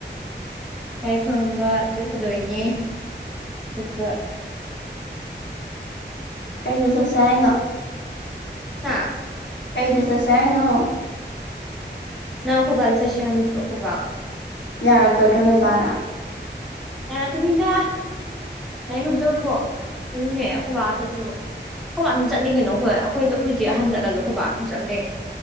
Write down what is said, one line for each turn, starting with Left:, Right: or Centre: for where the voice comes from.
Centre: ꯂꯥꯏ ꯈꯨꯔꯨꯝꯕ ꯆꯠꯀꯗꯣꯏꯅꯦ ꯑꯗꯨꯒ
Left: ꯀꯩꯗ ꯆꯠꯁꯦ ꯍꯥꯏꯅꯣ
Centre: ꯍꯥꯥ
Left: ꯀꯩꯗ ꯆꯠꯁꯦ ꯍꯥꯏꯅꯣ
Centre: ꯅꯪ ꯑꯈꯣꯕꯥꯗ ꯆꯠꯁꯦ ꯍꯥꯏꯕ ꯅꯠꯇ꯭ꯔꯣ ꯈꯣꯕꯥꯒ
Left: ꯌꯥꯔꯛꯀꯗ꯭ꯔꯣ ꯅꯣꯏ ꯕꯥꯅ
Centre: ꯌꯔꯥꯛꯀꯅꯤꯗ ꯂꯥꯏ ꯈꯨꯔꯨꯝ ꯆꯠꯄꯕꯣ ꯀꯩꯅꯨꯅꯦ ꯑꯈꯣꯏꯕꯥ ꯆꯠꯄꯕꯨ ꯈꯣꯏꯕꯥ ꯑꯗꯨꯝ ꯆꯠꯂꯤ ꯀꯩꯅꯣ ꯑꯈꯣꯏ ꯑꯈꯣꯏ ꯑꯈꯣꯏ ꯆꯦ ꯑꯍꯟ ꯆꯠꯂꯨꯖꯨ ꯑꯈꯣꯏꯕꯥ ꯑꯗꯨꯝ ꯆꯠꯂꯦ